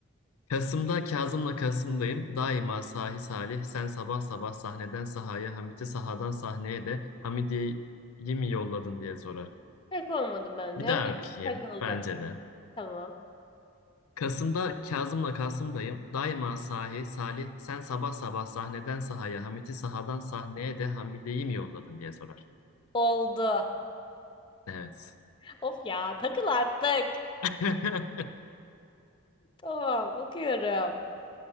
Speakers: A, on the left; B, on the left.
A: Kasım'da Kazım'la Kasım'dayım. Daima sahi salih. Sen sabah sabah sahneden sahaya, Hamit'i sahadan sahneye de Hamidiye'yi mi yolladın diye sorar.
B: Pek olmadı bence.
A: Bir
B: Hem
A: daha
B: de
A: okuyayım.
B: takıldın.
A: Bence de.
B: Tamam.
A: Kasım'da Kazım'la Kasım'dayım. Daima sahi salih. Sen sabah sabah sahneden sahaya, Hamit'i sahadan sahneye de Hamidiye'yi mi yolladın diye sorar.
B: Oldu.
A: Evet.
B: Of ya takıl artık.
A: <laughs>
B: Tamam okuyorum.